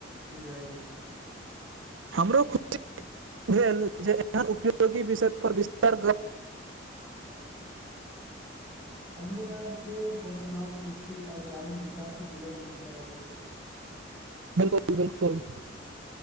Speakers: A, in the centre; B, on the right.
A: बुझाय
B: हमरो खुशी भेल जे एहन उपयोगी विषय पर विस्तार
A: अगल बार फेर कोनो नव कृषि आ ग्रामीण विकास से जुड़ल विषय आब छै
B: बिलकुल बिलकुल